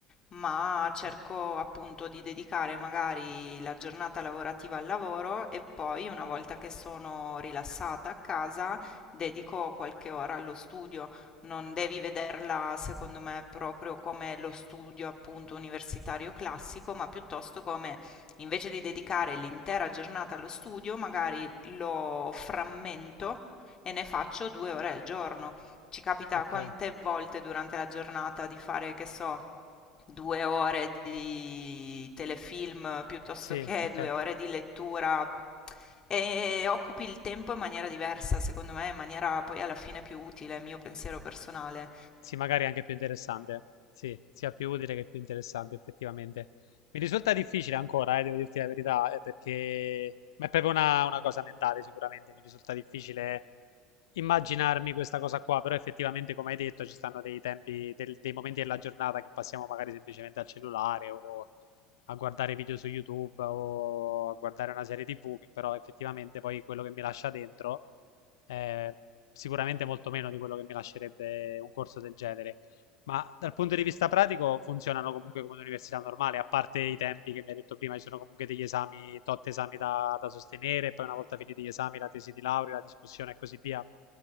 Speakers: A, on the left; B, on the left.
A: ma cerco
B: Eh,
A: appunto di dedicare magari la giornata lavorativa al lavoro e poi una volta che sono rilassata a casa dedico qualche ora allo studio. Non devi vederla secondo me proprio come lo studio appunto universitario classico, ma piuttosto come invece di dedicare l'intera giornata allo studio, magari lo frammento e ne faccio due ore al giorno. Ci capita
B: Ok,
A: quante volte durante la giornata di fare, che so, due ore di telefilm piuttosto
B: sì,
A: che
B: ok.
A: due ore di lettura e occupi il tempo in maniera diversa, secondo me, in maniera poi alla fine più utile, mio pensiero personale.
B: Sì, magari è anche più interessante. Sì, sia più utile che più interessante, effettivamente. Mi risulta difficile ancora, eh, devo dirti la verità, eh, perché ma è proprio una, una cosa mentale, sicuramente. Mi risulta difficile immaginarmi questa cosa qua, però effettivamente, come hai detto, ci stanno dei tempi, del- dei momenti della giornata che passiamo magari semplicemente al cellulare o a guardare video su YouTube o a guardare una serie TV, che però effettivamente poi quello che mi lascia dentro eh, sicuramente molto meno di quello che mi lascerebbe un corso del genere. Ma dal punto di vista pratico funzionano comunque come un'università normale, a parte i tempi che mi hai detto prima, ci sono comunque degli esami, tot esami da, da sostenere, poi una volta finiti gli esami, la tesi di laurea, la discussione e così via.